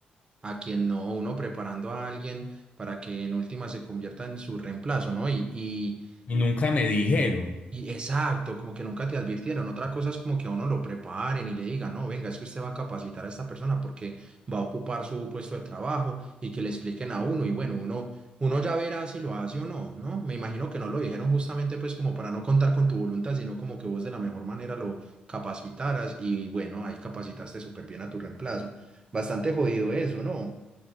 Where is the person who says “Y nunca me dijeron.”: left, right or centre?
Left